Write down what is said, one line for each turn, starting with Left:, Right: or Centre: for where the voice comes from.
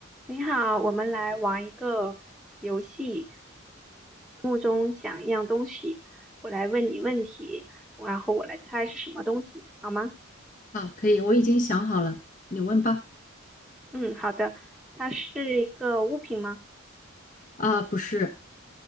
Centre: 你好，我们来玩一个游戏，中想一样东西，我来问你问题，然后我来猜是什么东西，好吗？
Left: 好，可以，我已经想好了，你问吧。
Centre: 嗯，好的。它是一个物品吗？
Left: 啊，不是，